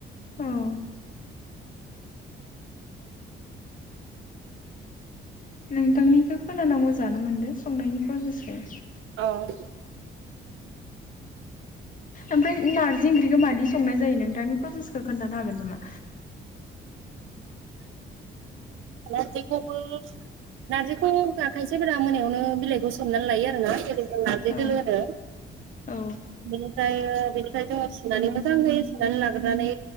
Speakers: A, on the left (about 40°); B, on the right (about 80°).
A: उम नोंथांनिखौ खोनाना मोजाङानो मोनदों संनायनि फ्रासेस खौ
B: औ
A: ओमफ्राय नारजि ओंख्रिखौ मादि संनाय जायो नोंथांनि फ्रासेस खोन्थानो हागोन नामा?
B: नार्जिखौबो, नार्जिखौ खायसेफोरा मोनायावनो बिलाइखौ सोमनानै लायो आरोना जेरै नार्जि
A: औ
B: दोलो आरो
A: औ
B: ओमफाय बेनिफ्राय जोङो सुनानै मोजाङै सुनानै लाग्रोनानै